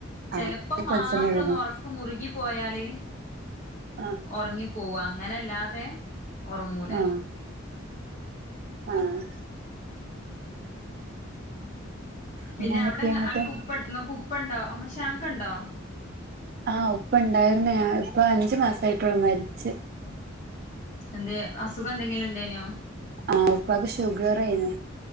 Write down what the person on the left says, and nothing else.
ചെിലപ്പോം
മാത്രം
ഒന്ന് ക്ക് മുറുകി പോയാല്
ഉറങ്ങി പോവും അങ്ങനെല്ലാതെ ഉറങ്ങൂല
പിന്നെ
അവിടെ നിങ്ങ
അനക്ക് ഉപ്പ ഉണ്ടോ നിങ്ങൾക് ഉപ്പ ഉണ്ടോ അമ്മോ ശാക്ക ഉണ്ടോ
എന്തേ അസുഖ എന്തെങ്കിലും ഉണ്ടേനോ